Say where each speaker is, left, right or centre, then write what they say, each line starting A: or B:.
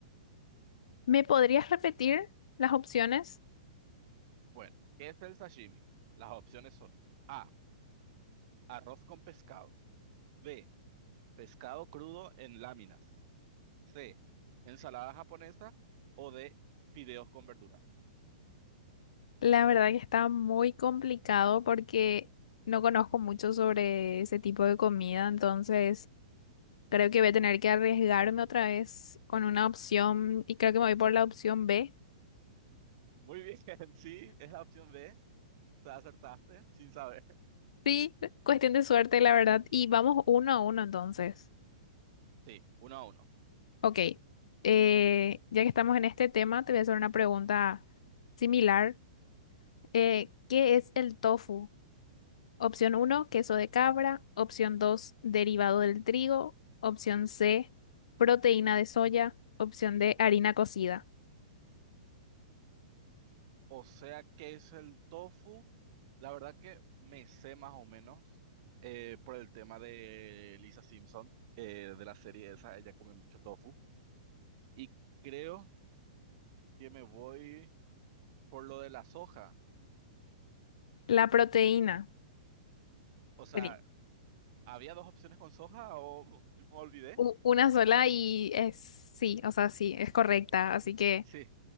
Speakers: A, on the left; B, on the right.
A: ¿Me podrías repetir las opciones?
B: Bueno, ¿qué es el sashimi? Las opciones son A, arroz con pescado, B, pescado crudo en láminas, C, ensalada japonesa o D, fideos con verduras.
A: La verdad que está muy complicado porque no conozco mucho sobre ese tipo de comida, entonces creo que voy a tener que arriesgarme otra vez con una opción y creo que me voy por la opción B.
B: Muy bien, <laughs> sí, es la opción B, te acertaste sin saber.
A: Sí, cuestión de suerte, la verdad. Y vamos uno a uno entonces.
B: Sí, uno a uno.
A: Ok, eh, ya que estamos en este tema, te voy a hacer una pregunta similar. Eh, ¿qué es el tofu? Opción uno queso de cabra. Opción dos derivado del trigo. Opción C, proteína de soya. Opción D, harina cocida.
B: O sea, ¿qué es el tofu? La verdad que me sé más o menos eh, por el tema de Lisa Simpson, eh, de la serie esa, ella come mucho tofu. Y creo que me voy por lo de la soja.
A: La proteína.
B: O sea,
A: Bien.
B: ¿había dos opciones con soja o <laughs> yo me olvidé?
A: u- Una sola y es sí, o sea, sí, es correcta. Así que,
B: Sí,